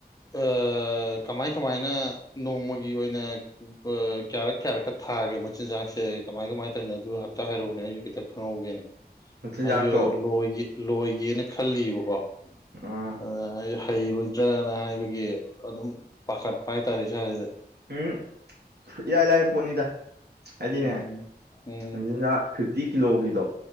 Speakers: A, on the left (about 20°); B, on the right (about 75°).
A: ꯑꯥ ꯀꯃꯥꯏ ꯀꯃꯥꯏꯅ ꯅꯣꯡꯃꯒꯤ ꯑꯣꯏꯅ ꯀꯌꯥꯔꯛ ꯀꯌꯥꯔꯛꯀ ꯊꯥꯒꯦ ꯃꯆꯤꯟꯖꯥꯛꯁꯦ ꯀꯃꯥꯏ ꯀꯃꯥꯏꯅ ꯇꯧꯔꯤꯅꯣ ꯑꯗꯨ ꯑꯝꯇꯥ ꯍꯥꯏꯔꯛꯎꯅꯦ ꯑꯩꯁꯨ ꯈꯤꯇ ꯈꯪꯍꯧꯒꯦꯅꯦ
B: ꯃꯆꯤꯟꯖꯥꯛꯇꯣ
A: ꯑꯩꯁꯨ ꯂꯣꯏꯒꯦ ꯂꯣꯏꯒꯦꯅ ꯈꯜꯂꯤꯕꯀꯣ
B: ꯑꯥ
A: ꯑꯗꯨꯅ ꯑꯩꯁ ꯍꯩꯔꯣꯏꯗ꯭ꯔꯅ ꯍꯥꯏꯕꯒꯤ ꯑꯗꯨꯝ ꯄꯥꯈꯠꯄ ꯍꯥꯏꯇꯥꯔꯦ ꯏꯁꯥꯁꯤꯗ
B: ꯎꯝ ꯏꯔꯥꯅ ꯂꯥꯏ ꯄꯣꯠꯅꯤꯗ ꯍꯥꯏꯗꯤꯅꯦ
A: ꯎꯝ ꯎꯝ
B: ꯃꯆꯤꯟꯖꯥꯛ ꯐꯤꯞꯇꯤ ꯀꯤꯂꯣꯒꯤꯗꯣ